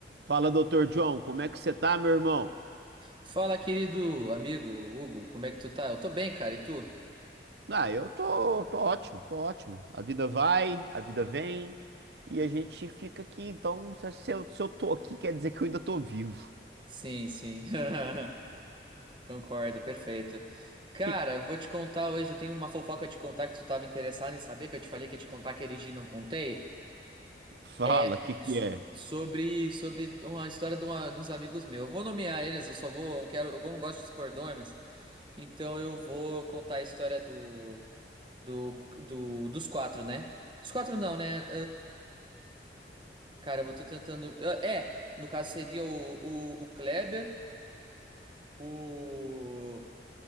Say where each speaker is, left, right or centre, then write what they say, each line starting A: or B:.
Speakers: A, on the right; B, on the right.
A: Fala, doutor John, como é que você tá, meu irmão?
B: Fala, querido amigo Hugo, como é que tu tá? Eu tô bem, cara, e tu?
A: Ah, eu tô, tô ótimo, tô ótimo. A vida vai, a vida vem e a gente fica aqui. Então, se se eu, se eu tô aqui, quer dizer que eu ainda tô vivo.
B: Sim, sim. <laughs> Concordo, perfeito. Cara,
A: Que-
B: vou te contar hoje, eu tenho uma fofoca de contar que tu tava interessado em saber, que eu te falei que ia te contar que erigi e não contei.
A: fala,
B: É
A: o que que
B: s-
A: é?
B: sobre sobre uma história de, uma- de uns amigos meus. Eu vou nomear eles, eu só vou, eu quero, eu não gosto de expor nomes, então eu vou contar a história do do, do dos quatro, né? Os quatro não, né? Cara, eu tô tentando. eu- É, no caso seria o, o, o Kleber, o,